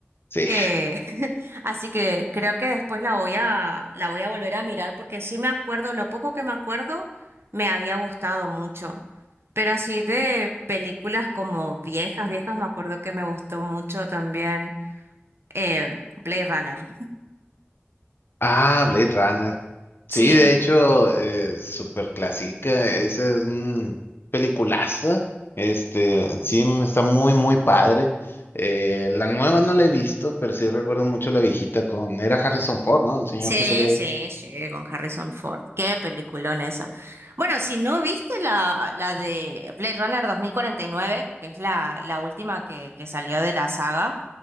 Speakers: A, on the left (about 60°); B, on the right (about 70°).
A: Sí.
B: Eh, <laughs> así que creo que después la voy a, la voy a volver a mirar porque sí me acuerdo, lo poco que me acuerdo me había gustado mucho. Pero así de películas como viejas, viejas, me acuerdo que me gustó mucho también eh, Blade Runner.
A: Ah, Blade Runner. Sí,
B: Sí.
A: de hecho, eh, súper clásica. Esa es un peliculaza. Este, sí, m- está muy, muy padre. Eh, la nueva no la he visto, pero sí recuerdo mucho la viejita con... Era Harrison Ford, ¿no? El señor
B: Sí,
A: que salía
B: sí,
A: ahí.
B: sí, con Harrison Ford. Qué peliculón eso. Bueno, si no viste la, la de Blade Runner 2049, que es la, la última que, que salió de la saga,